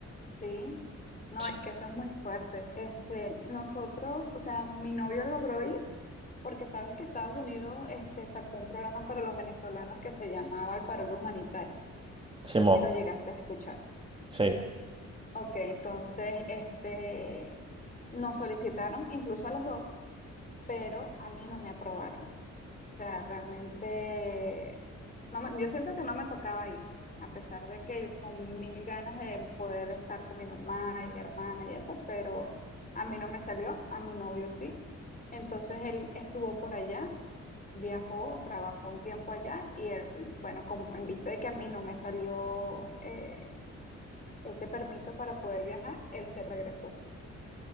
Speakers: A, on the left (about 30°); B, on the right (about 20°).
A: sí. No,
B: Sí,
A: es que eso es muy fuerte. Este, nosotros, o sea, mi novio logró ir porque sabes que Estados Unidos este, sacó un programa para los venezolanos que se llamaba el Parol Humanitario.
B: Simón,
A: No sé si lo llegaste a escuchar.
B: sí.
A: Ok, entonces este, nos solicitaron, incluso a los dos, pero a mí no me aprobaron. O sea, realmente, no me- yo siento que no me tocaba ir, a pesar de que con mil ganas de poder estar con mi mamá y mi hermana y eso, pero a mí no me salió, a mi novio sí. Entonces él estuvo por allá viajó, trabajó un tiempo allá y él, bueno, como en vista de que a mí no me salió eh, ese permiso para poder viajar, él se regresó.